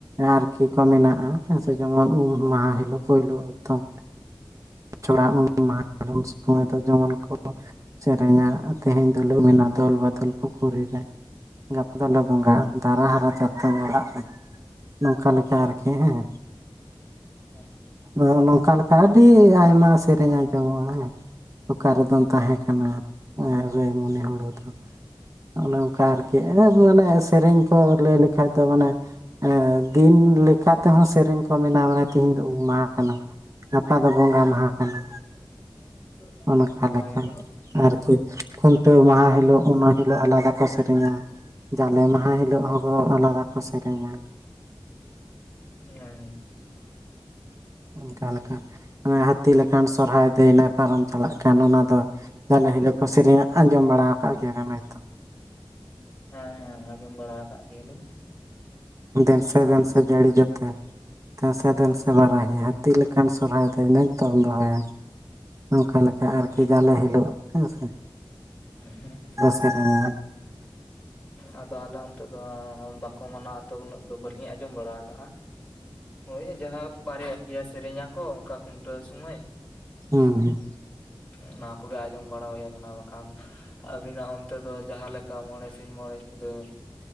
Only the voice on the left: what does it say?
ᱦᱮᱸ
ᱦᱮᱸ
ᱦᱮᱸ
<unintelligible>
ᱱᱟᱯᱟᱭ
ᱜᱮ
ᱦᱮᱸ
ᱦᱮᱸ ᱦᱮᱸ ᱟᱸᱡᱚᱢ ᱵᱟᱲᱟ ᱟᱠᱟᱫ ᱜᱮᱭᱟᱞᱤᱧ
ᱦᱩᱸ
ᱦᱩᱸ
ᱦᱩᱸ
ᱟᱫᱚ ᱟᱞᱮ ᱚᱱᱛᱮ ᱫᱚ ᱵᱟᱠᱚ ᱢᱟᱱᱟᱣ ᱛᱚ ᱩᱱᱟᱹᱜ ᱫᱚ ᱵᱟᱹᱞᱤᱧ ᱟᱸᱡᱚᱢ ᱵᱟᱲᱟ ᱟᱠᱟᱜ-ᱟ᱾ ᱦᱳᱭ ᱡᱟᱦᱟᱸ ᱵᱟᱨᱭᱟ ᱯᱮᱭᱟ ᱥᱮᱨᱮᱧ ᱟᱠᱚ ᱚᱱᱠᱟ ᱠᱷᱩᱱᱴᱟᱹᱣ ᱥᱚᱢᱚᱭ,
ᱚᱱᱟ ᱠᱚᱜᱮ ᱟᱸᱡᱚᱢ ᱵᱟᱲᱟ ᱦᱩᱭ ᱟᱠᱟᱱᱟ ᱵᱟᱠᱷᱟᱱ ᱟᱹᱵᱤ ᱱᱟᱜ ᱚᱱ ᱚᱱᱛᱮ ᱫᱚ ᱡᱟᱦᱟᱸ ᱞᱮᱠᱟ ᱢᱚᱬᱮ ᱥᱤᱧ ᱢᱚᱬᱮ ᱧᱤᱫᱟᱹ